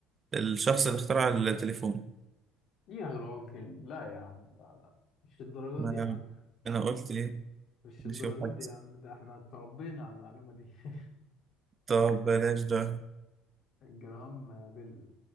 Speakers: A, on the right (about 35°); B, on the left (about 55°).
A: الشخص اللي اخترع التليفون
B: يا راجل لا يا عم لا لا مش الدرجة
A: ما
B: دي يا عم
A: انا قلت ايه
B: مش
A: نشوف
B: الدرجة
A: حاجة
B: دي يا عم ده احنا اتربينا على المعلومة دي <laughs>
A: طب بلاش ده
B: جراهام بيل